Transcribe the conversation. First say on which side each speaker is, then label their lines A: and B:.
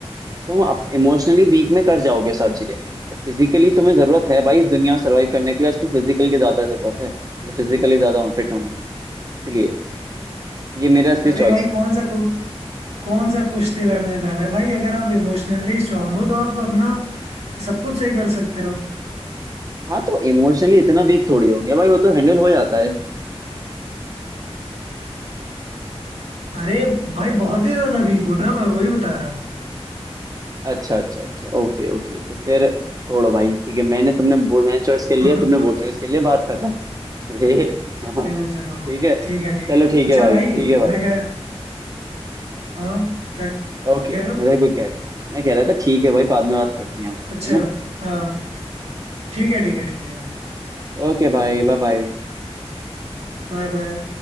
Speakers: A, on the right; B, on the right.
A: तुम अब इमोशनली वीक में कर जाओगे सारी चीजें बट फिजिकली तुम्हें जरूरत है भाई इस दुनिया में सर्वाइव करने के लिए आजकल फिजिकल की ज्यादा जरूरत है मतलब फिजिकली ज्यादा फिट होने की इसलिए ये मेरा असली
B: अरे
A: चॉइस
B: भाई कौन
A: है
B: सा कु- कौन सा कुश्ती लड़ने जाना है भाई अगर आप इमोशनली स्ट्रांग हो तो आप अपना सब कुछ सही कर सकते हो
A: हाँ तो इमोशनली इतना वीक थोड़ी होंगे भाई वो तो हैंडल हो जाता है
B: अरे भाई बहुत ही ज्यादा वीक हो ना मैं वही बता रहा हूँ
A: अच्छा अच्छा अच्छा ओके ओके तो फिर छोड़ो भाई ठीक है मैंने तुमने वो मैंने चॉइस
B: <laughs>
A: कर लिया तुमने वो चॉइस कर लिया बात खत्म अरे हाँ हाँ,
B: चलो
A: ठीक
B: चलो
A: है
B: ठीक है ठीक
A: चलो
B: है
A: ठीक
B: अच्छा
A: है भाई
B: भाई
A: ठीक है भाई
B: मैं क्या हाँ क्या कह
A: ओके
B: रहे हो
A: मजाक भी कह रहा मैं कह रहा था ठीक है भाई बाद में बात करते हैं हम
B: अच्छा
A: है ना
B: हाँ ठीक है ठीक है ठीक है
A: ओके भाई बाय बाय
B: Bye bye